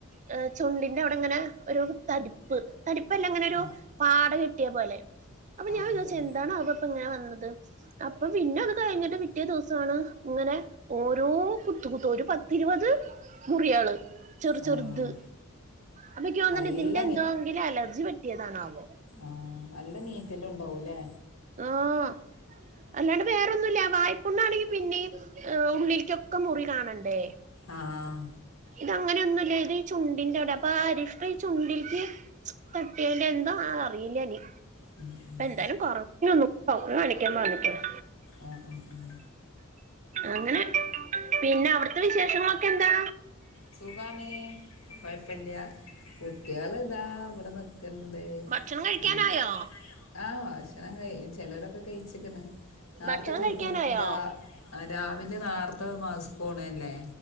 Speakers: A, on the right; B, on the left.
A: ഹയ് ചുണ്ടിന്റെ അവിടെ ങ്ങനെ ഒരു തടിപ്പ് തടിപ്പല്ലാ ങ്ങനെ ഒരു
B: ആ
A: പാട കെട്ടിയ പോലെ അപ്പൊ
B: ആ ആ
A: ഞാൻ വിചാരിച് എന്താണവോ പ്പ ങ്ങനെ വന്നത് അപ്പൊ പിന്നെത് കഴിഞ്ഞിട്ട് പിറ്റേ ദിവസാണ് ങ്ങനെ ഓരോ കുത്ത് കുത്ത ഒരു പത്തിരുപത് മുറിയാള് ചെറുചെറുത്
B: ആ ആ
A: അപ്പൊക്കിഓന്നിണ്ട്
B: നല്ല
A: തിന്റെ എന്തോങ്കിലും അലർജി പറ്റിയതാണാവോ
B: ആഹ് നല്ല നീറ്റെല് ണ്ടാവൂല്ലേ
A: ആഹ് അല്ലാണ്ടെ വേറൊന്നുംല്ല വായ്പുണ്ണാണെ പിന്നെ ഉള്ളില്ക്കൊക്കെ മുറി കാണണ്ടേ
B: ആഹ്
A: ഇത് അങ്ങനെയൊന്നുല്ല ഇത് ഈ ചുണ്ടിന്റെ അവിടെ അപ്പൊ അരിഷ്ടം ഈ ചുണ്ടിൽക്ക് തട്ടിയതിന്റെയോഎന്തോ ആവോ അറിയില്ലനി
B: ഉം ഉം
A: എന്തായാലും കൊറവില്ലേൽ ഒന്ന് കൂടെ ഡോക്ടറെ കാണിക്കാൻ പറഞ്ഞേക്കണു
B: ആഹ് ആഹ് ആഹ്
A: അങ്ങനെ പിന്നെ അവിടത്തെ വിശേഷങ്ങളൊക്കെ എന്താ
B: സുഖാണ് കൊയപ്പല്യ കുട്ട്യോള് താ വിടെ നിക്ക് ക്കെണ്ട്
A: ഭക്ഷണം കഴിക്കാനായോ
B: അങ്ങനെ ഫുഡ് കഴിക്കാൻ ആയോ ആഹ് ഭക്ഷണം കയ് ചെ ലവരൊക്കെ കഴിച്ചിക്ക്ന്ന് നേർത്ത
A: ഭക്ഷണം
B: കെട്ന്നോറങ്ങും
A: കഴിക്കാനായോ
B: രാ ആ രാവിലെ നാർത്തെ മാസ് പോണതല്ലേ